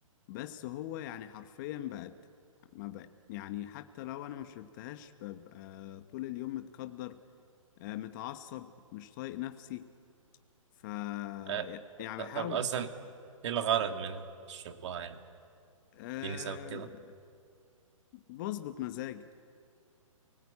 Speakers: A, on the left; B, on the right.
A: بس هو يعني حرفيا بقت ما بقى يعني حتى لو انا ما شربتهاش ببقى طول اليوم متقدر آه، متعصب مش طايق نفسي ف يع-
B: آه.
A: يعني
B: ط-
A: بحاول
B: طب أصلا إيه الغرض من شربها يعني
A: أه
B: اديني سبب كده
A: بظبط مزاجي